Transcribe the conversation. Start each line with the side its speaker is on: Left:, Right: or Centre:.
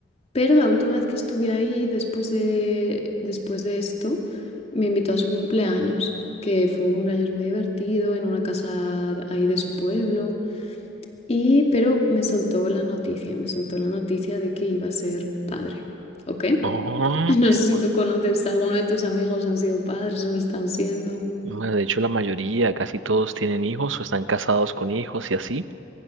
Left: pero la última vez que estuve ahí, después de, después de esto, me invitó a su cumpleaños, que fue un cumpleaños muy divertido en una casa de- ahí de su pueblo. Y, pero me soltó la noticia, y me soltó la noticia de que iba a ser padre. ¿Ok?
Right: Oh,
Left: <laughs> No sé si
Right: bu-
Left: tú conoces, alguno de tus amigos han sido padres o lo están siendo.
Right: bueno, de hecho la mayoría, casi todos tienen hijos o están casados con hijos y así.